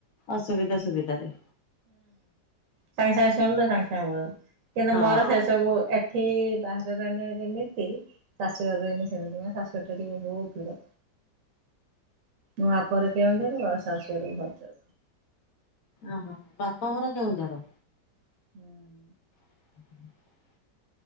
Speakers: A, on the left; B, on the right.
A: ଅସୁବିଧା ସୁବିଧାରେ
B: ସାଙ୍ଗେ ସାଙ୍ଗେ ଶୁଣିଲୁ ସାଙ୍ଗେ ସାଙ୍ଗେ ପଳେଇଲୁ କିନ୍ତୁ
A: ହଁ।
B: ମୋର ସେ ସବୁ ଏଠି ବାହାରେ ରହିଁନେ ଯେମିତି ଶାଶୁଘରେ ରହିଁନେ ସେମିତି। ମୋ ଶାଶୁଘର ଟା ଟିକେ ବହୁତ ଦୂର। ମୋ ବାପଘର କେଉଁଝର ଶାଶୁଘର ଭଦ୍ରକ
A: ଓହୋ ବାପ ଘର କେଉଁଝର,
B: ହୁଁ,
A: <inaudible>